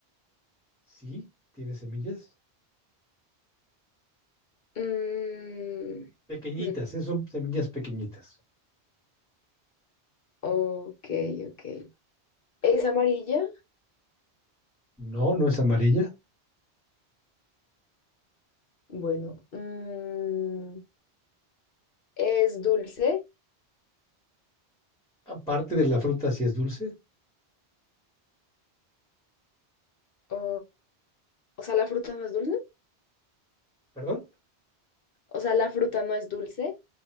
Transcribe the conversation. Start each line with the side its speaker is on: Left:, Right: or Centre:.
Centre: Sí, tiene semillas.
Left: Mm,
Centre: Pequeñitas,
Left: hmm,
Centre: eh, son semillas pequeñitas.
Left: ok, ok. ¿Es amarilla?
Centre: No, no es amarilla.
Left: Bueno, mm, ¿es dulce?
Centre: Aparte de la fruta, sí es dulce.
Left: O, o sea, ¿la fruta no es dulce?
Centre: ¿Perdón?
Left: O sea, ¿la fruta no es dulce?